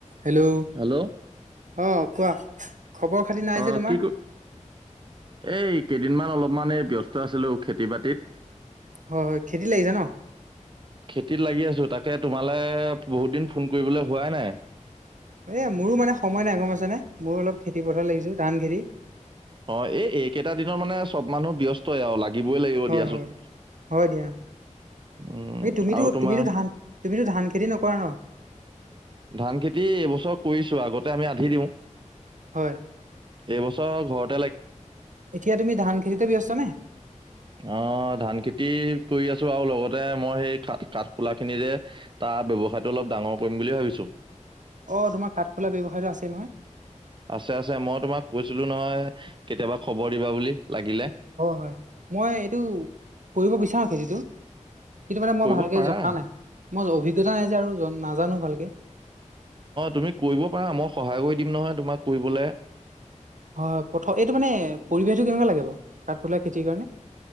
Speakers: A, on the right; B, on the right.
A: Hello
B: hello
A: অ' কোৱা, খবৰ খাতি নাই
B: অ
A: যে, তোমাৰ?
B: কি ক এই কেইদিনমান অলপমানে ব্যস্ত আছিলোঁ খেতি-বাতিত।
A: হয, খেতি লাগিছে ন?
B: খেতিত লাগি আছোঁ, তাকে তোমালে বহুত দিন ফোন কৰিবলে হোৱাই নাই।
A: এ, মোৰো মানে সময় নাই, গম পাইছানে মোৰো অলপ খেতিপথাৰ লাগিছোঁ, দান খেতি।
B: অ' এই-এইকেইটা দিনৰ মানে চব মানুহ ব্যস্তই আৰু লাগিবই লাগিব
A: হয়
B: দিয়াচোন।
A: হয় হয় দিয়া <inaudible>
B: উম
A: তুমিতো,
B: আৰু তোমাৰ
A: তুমিতো ধান তুমিতো ধান-খেতি নকৰা ন?
B: ধান-খেতি এইবছৰ কৰিছোঁ আগতে আমি আধি দিওঁ।
A: হয়।
B: এইবছৰ আৰু ঘৰত
A: এতিয়া তুমি ধান-খেতিতে ব্যস্ত নে?
B: উ <inaudible> অ' ধান-খেতি কৰি আছোঁ আৰু লগতে মই সেই কাঠ-কাঠ ফুলা খিনি যে তা, ব্যৱসায়টো অলপ ডাঙৰ কৰিম বুলি ভাবিছোঁ।
A: অ' তোমাৰ কাঠফুলা ব্যৱসায়টো আছে নহয়?
B: আছে আছে। মই তোমাক কৈছিলো নহয় কেতিয়াবা খবৰ দিবা বুলি লাগিলে।
A: হয় মই এইটো কৰিব বিচাৰো খেতিটো। সেইটো মানে মই
B: কৰিব
A: ভালকে
B: পাৰা
A: জনা নাই। মই অভিজ্ঞতা নাই যে আৰু নাজানো ভালকে।
B: তুমি কৰিব পাৰা মই সহায় কৰি দিম নহয় তোমাক কৰিবলে।
A: হয় প্ৰথম এইটো মানে পৰিৱেশটো কেনেকুৱা লাগে বাৰু? কাঠফুলা খেতিৰ কাৰণে।